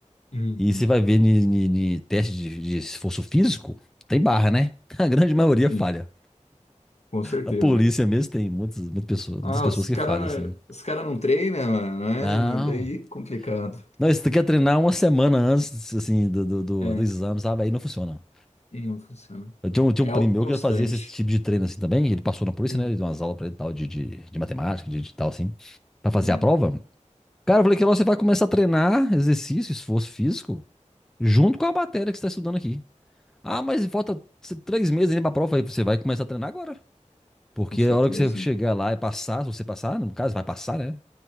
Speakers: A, on the left (about 60°); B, in the centre.
A: Uhum.
B: E você vai ver ni, ni- ni teste de, de esforço físico, tem barra, né? <laughs> A grande maioria falha.
A: Sim. Com certeza.
B: A polícia mesmo tem muitas, muitas pessoas,
A: Ah,
B: muitas pessoas
A: os cara,
B: que falham, assim.
A: os cara não treinam, mano,
B: Não.
A: né? Daí é complicado.
B: Não, isso tu quer treinar uma semana antes, assim, do, do, do-
A: É,
B: do exame, sabe? Aí não funciona.
A: e não funciona.
B: Eu tinha um, tinha
A: É
B: um primo
A: algo constante.
B: meu que ele fazia esse tipo de treino assim também. Ele passou na polícia,
A: Hum.
B: né? Ele deu umas aulas pra ele e tal, de, de, de matemática, de, de tal, assim, pra fazer
A: Hum,
B: a prova. Cara, eu falei que lá você vai começar a treinar exercício, esforço físico, junto com a matéria que você está estudando aqui. Ah, mas falta t- três meses ainda para a prova. Aí você vai começar a treinar agora. Porque
A: com certeza.
B: a hora que você chegar lá e passar, se você passar, no caso, vai passar, né?